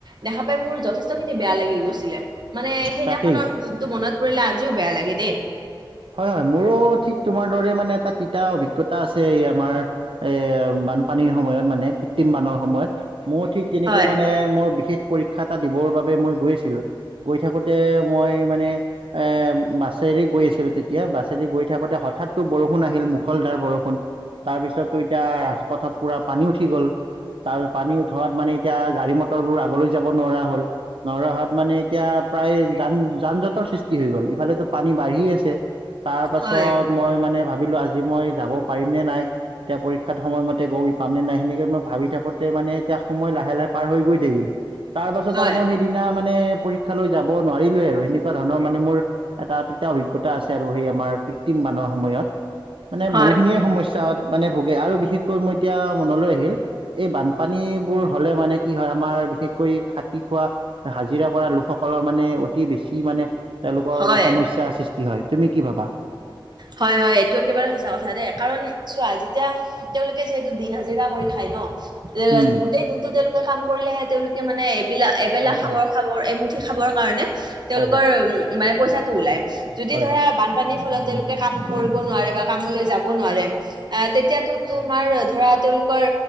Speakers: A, on the right; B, on the right.
A: দেখা পাই মোৰ যথেষ্ট খিনি বেয়া লাগি গৈছিলে মানে সেইদিনাখনৰ
B: তাকেই
A: দিনটো মনত পৰিলে আজিও বেয়া লাগে দেই।
B: হয় মোৰো ঠিক তোমাৰ দৰে মানে এটা তিতা অভিজ্ঞতা আছে এই আমাৰ এ বানপানীৰ সময়ত মানে কৃত্ৰিম বানৰ সময়ত মোৰ ঠিক তেনেকৈ
A: হয়
B: মানে মোৰ বিশেষ পৰীক্ষা এটা দিবৰ বাবে মই গৈ আছিলোঁ। গৈ থাকোতে মই মানে এ বাছেৰে গৈ আছিলো তেতিয়া - তেতিয়া বাছেদি গৈ থাকোতে হঠাৎ বৰষুণ আহিল মুখলধাৰ বৰষুণ, তাৰপিছততো এতিয়া ৰাজপথত পুৰা পানী উঠি গ'ল আৰু পানী উঠোৱাত মানে এতিয়া গাড়ী মটৰবোৰ আগলৈ যাব নোৱাৰা হ'ল নোৱাৰাহোৱাত মানে এতিয়া প্ৰায় যান যান জঁটৰ সৃষ্টি হৈ গ'ল ইফালেতো পানী বাঢ়ি আছে তাৰ পাছত
A: হয়
B: মই মানে ভাবিলোঁ আজি মই যাব পাৰিমনে নাই এতিয়া পৰীক্ষাত সময়মতে গৈ পাম নে নাই সেনেকে মই ভাবি থাকোঁতে মানে এতিয়া সময় লাহে লাহে পাৰ হৈ গৈ থাকিল তাৰ পাছত
A: হয়
B: আৰু মই সেই সেইদিনা মানে পৰীক্ষা লৈ যাব নোৱাৰিলোৱে আৰু সেনেকুৱা ধৰণৰ মানে মোৰ এটা তিতা অভিজ্ঞতা আছে আৰু সেই আমাৰ কৃত্ৰিম বানৰ সময়ত মানে
A: হয়
B: বহুখিনিয়ে সমস্যা তাত মানে ভোগে আৰু বিশেষকৈ মই এতিয়া মনলৈ আহিল এই বানপানীবোৰ হ'লে মানে কি হয় আমাৰ বিশেষকৈ খাটি খোৱা হাজিৰা কৰা লোকসকলৰ মানে অতি বেছি মানে তেওঁলোকৰ
A: হয়
B: সমস্যা সৃষ্টি সৃষ্টি হয় তুমি কি ভাবা?
A: হয় হয় এইটো একেবাৰে সঁচা কথাতে কাৰণ চোৱা যেতিয়া তেওঁলোকে যিহেতু দিন হাজিৰা কৰি খায় ন এ
B: উম
A: গোটেই দিনটো তেওঁলোকে কাম কৰিলেহে তেওঁলোকে মানে এবেলা এবেলা
B: উম
A: খাবৰ
B: উম
A: খাবৰ এমুঠি খাবৰ কাৰণে তেওঁলোকৰ
B: হয় হয়
A: উম মানে পইচাটো ওলাই যদি
B: হয়
A: ধৰা বানপানীৰ ফলত তেওঁলোকে কাম কৰিব নোৱাৰে বা কামলৈ যাব নোৱাৰে আহ তেতিয়াতো তোমাৰ ধৰা তেওঁলোকৰ